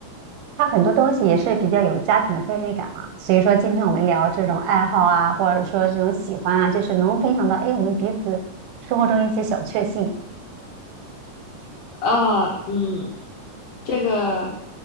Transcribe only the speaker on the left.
啊，嗯，这个，